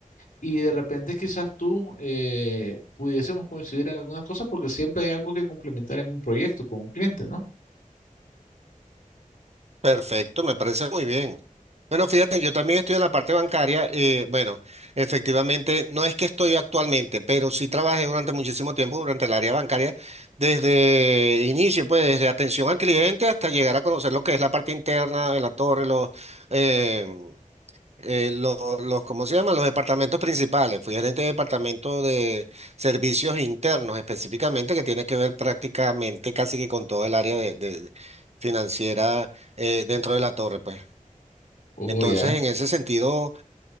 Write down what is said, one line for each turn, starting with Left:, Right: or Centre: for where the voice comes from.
Left: Y de repente quizás tú eh, pudiésemos coincidir en algunas cosas porque siempre hay algo que complementar en un proyecto con un cliente, ¿no?
Right: Perfecto, me parece muy bien. Bueno, fíjate, yo también estoy en la parte bancaria. eh, bueno, efectivamente, no es que estoy actualmente, pero sí trabajé durante muchísimo tiempo durante el área bancaria, desde inicio, pues desde atención al cliente hasta llegar a conocer lo que es la parte interna de la torre, los, eh, eh, lo- los, ¿cómo se llaman? Los departamentos principales. Fui gerente de departamento de servicios internos específicamente, que tiene que ver prácticamente casi que con todo el área de, de- financiera eh, dentro de la torre, pues.
Left: Oh,
Right: Entonces,
Left: ya.
Right: en ese sentido,